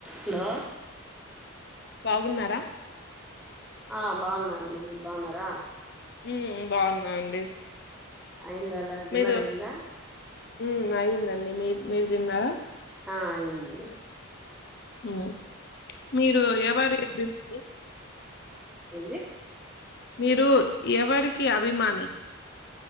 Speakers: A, in the centre; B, on the left.
A: Hollow
B: బాగున్నారా
A: ఆ బాన్నాండి మీరు బాన్నారా
B: ఉమ్ బాఉన్నా అండి
A: అయిందా అలా డిన్నర్
B: మీ దోట్
A: అయిందా
B: ఉమ్ అయిందండి మీ మీరు దిన్నారా
A: ఆ ఐది
B: ఉంగ మీరు ఎవరి దిమ్ ది
A: ఏంది
B: మీరు ఎవరికి అభిమాని